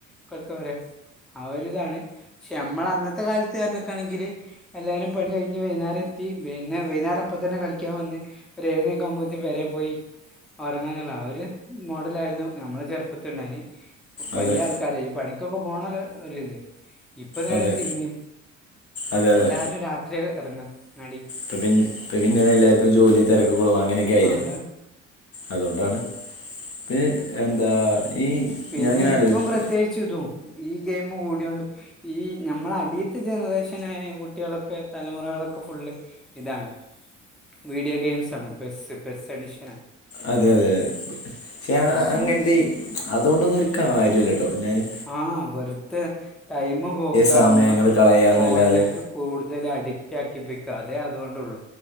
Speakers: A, in the centre; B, on the left (about 40°).
A: <unintelligible> അവര് ഇതാണ് പക്ഷേ ഞമ്മള് അന്നത്തെ കാലത്ത് പർഞക്കാണെങ്കില് എല്ലാരും പണി കഴിഞ്ഞ് വൈന്നാരം എത്തി പി വൈനേരം അപ്പം തന്നെ കളിക്കാൻ വന്ന് ഒര് ഏഴരക്കേ ആവുമ്പോക്ക് പേരെ പോയി ഒർങ്ങാനുള്ള ഒര് മോഡലാ ആ യിരുനു ഞമ്മളെ ചെർപ്പത്ണ്ടായി നി. പ ബല്യ
B: അതെ
A: ആൾക്കാരെ ഈ പണിക്കൊക്കെ പോണല്ല ഒരിത്. ഇപ്പ നേരെ
B: അതെ
A: തിര്ഞ്ഞ്
B: അതെ
A: പെല്ലാരു
B: അതെ
A: രാത്രി എർങ്ങ ങ്ങാടി.
B: പ്പ പിന്നെ പ പിന്നെ എല്ലാർക്കും ജോലി തെരക്കുകളും അങ്ങനൊക്കെ ആയിലേ.
A: ആ അതാണ്
B: അതോണ്ടാണ് പിന് എന്താ. ഈ
A: പിന്നെ
B: ഞാൻ ഇങ്ങനെ
A: ഇപ്പം
B: ആലോചിച്ചു
A: പ്രത്യേകിച്ച് ഇതും ഈ ഗെയിം കൂടിയൊണ്ട്. ഈ ഞ്ഞമ്മളടീത്ത ജനറേഷനായ കുട്ട്യളൊക്കെ തലമുറകളൊക്കെ ഫുള്ള്. ഇതാണ് വീഡിയോ ഗെയിംസാണ് പെസ്സ് പെസ്സഡിഷനാ.
B: അതെ അതെ അതെ ക്യാ
A: പെസ്സും
B: അങ്ങൻ ത്തീ അതോണ്ടൊന്നൊരു കാര്യൂല്ലട്ടോ ഞാന്.
A: ആഹ് വെർതെ ടൈമ് പോക്ക
B: സമയങ്ങൾ
A: മ്മള്
B: കളയാന്നല്ലാതെ
A: ഫോൺലേക്ക് കൂടുതൽ അഡിറ്റ്- കാക്കിപ്പിക്ക അതെ അതുകൊണ്ടുള്ളൂ